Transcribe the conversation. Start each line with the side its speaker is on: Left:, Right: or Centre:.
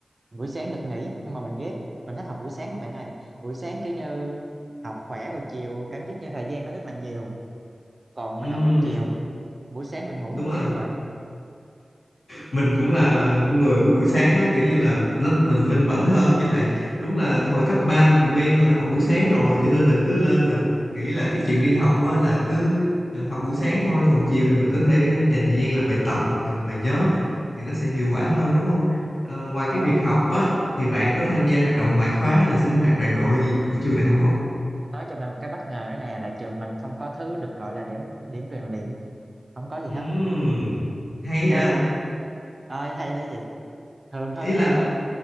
Right: buổi sáng được nghỉ nhưng mà mình ghét mình thích học buổi sáng mà bạn ơi buổi sáng kiểu như học khỏe rồi chiều cảm giác như thời gian nó rất là nhiều còn
Left: Ừm,
Right: mình học buổi chiều buổi sáng mình ngủ
Left: đúng
Right: mất
Left: rồi.
Right: tiêu rồi
Left: mình cũng là con người của buổi sáng á kiểu như là nó, mình minh mẫn hơn với lại đúng là hồi cấp 3 mình quen là học buổi sáng rồi cho nên là cứ lên là nghĩ là cái chuyện đi học á là cứ ờ, học buổi sáng thôi còn chiều thì mình có thể ờ, dành thời gian làm bài tập hoặc là làm bài nhóm thì nó sẽ hiệu quả hơn đúng không Ờ, ngoài cái
Right: còn
Left: việc học á thì bạn có tham gia hoạt động ngoại khóa hay là sinh hoạt đoàn đội gì của trường đại học không
Right: nói cho bạn một cái bất ngờ nữa nè là trường mình không có thứ được gọi là điểm điểm rèn luyện không có gì
Left: Ừm,
Right: hết
Left: hay
Right: nên
Left: vậy
Right: ơi hay là gì thường thôi
Left: ý
Right: nghe
Left: là
Right: thường